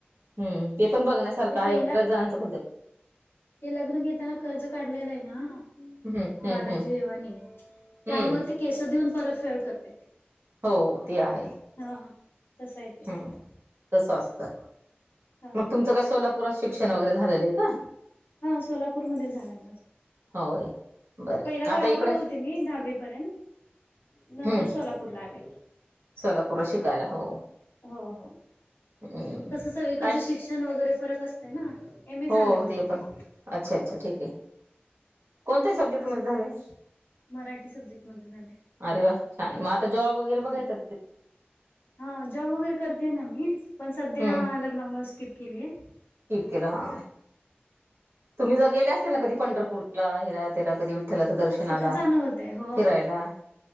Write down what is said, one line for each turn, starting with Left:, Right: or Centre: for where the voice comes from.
Right: हम्म ते पण बघण्यासारखं
Left: ते
Right: आहे
Left: पहिला
Right: बऱ्याच जणांचं
Left: ते लग्न घेताना कर्ज काढलेलं आहे ना
Right: हम्म हम्म
Left: बालाजी
Right: हम्म
Left: देवानी, त्यामुळे
Right: हम्म
Left: ते केस देऊन परतफेड करते.
Right: हो ती आहे
Left: हा तसं आहे ते
Right: हम्
Left: तिथं
Right: तस असतं
Left: हा हा
Right: मग तुमचं काय सोलापुरात शिक्षण वगैरे झालेलं आहे का?
Left: हा सोलापूरमध्ये झालंय माझं
Right: होय बरं
Left: पहिला
Right: आता
Left: गावाकडे
Right: इकडं
Left: होते मी दहावी पर्यंत नंतर
Right: हम्म
Left: सोलापूर ला आले,
Right: सोलापूरला शिकायला हो
Left: हो हो
Right: हम्म
Left: कसं सगळीकडचं
Right: काय श
Left: शिक्षण वगैरे फरक असते ना एम ए
Right: हो
Left: झालंय माझं
Right: ते पण अच्छा अच्छा ठीक आहे कोणत्या सब्जेक्ट
Left: अजून
Right: मध्ये झालंय?
Left: मराठी सब्जेक्टमध्ये झालंय.
Right: अरे वा छान मग आता जॉब वगैरे
Left: हम्म
Right: बघायचा
Left: हा जॉब वगैरे करतेय ना मी पण सध्या
Right: हम्म
Left: लग्नामुळे स्किप केलीय
Right: स्किप केलं हा तुम्ही ज गेले असतील ना कधी पंढरपूरला हिरा त्याला कधी? त्यालाच
Left: हा
Right: दर्शनला
Left: सतत जाणं होतय हो
Right: फिरायला.